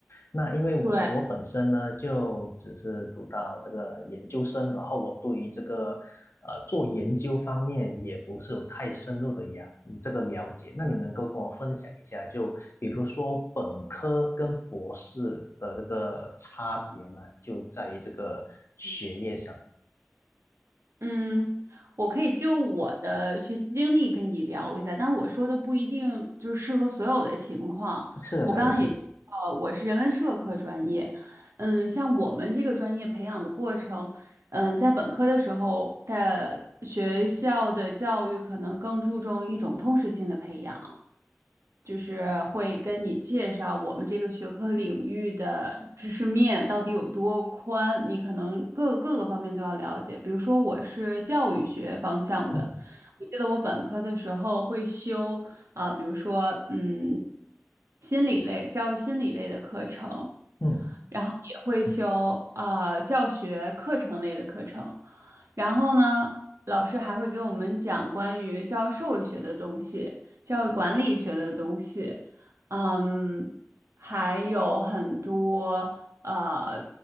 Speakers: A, on the left; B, on the right.
A: 那因为我我本身呢，
B: 对。
A: 就只是读到这个研究生，然后我对于这个呃做研究方面也不是有太深入的呀这个了解。那你能够跟我分享一下，就比如说本科跟博士的这个差别吗？就在于这个嗯学业上。
B: 嗯，我可以就我的学习经历跟你聊一下，但我说的不一定就是适合所有的情况。
A: 是的，
B: 我刚刚也
A: 没问题。
B: 呃，我是人文社科专业，嗯，像我们这个专业培养的过程，嗯，在本科的时候，的学校的教育可能更注重一种通识性的培养，就是会跟你介绍我们这个学科领域的知识面到底有多宽，你可能各各个方面都要了解。比如说，我是教育学方向的，
A: 嗯
B: 我记得我本科的时候会修啊、比如说嗯，心理类、教育心理类的课程，
A: 嗯，
B: 然后也会修啊、教学课程类的课程，然后呢，老师还会给我们讲关于教授学的东西。教育管理学的东西，嗯，还有很多呃，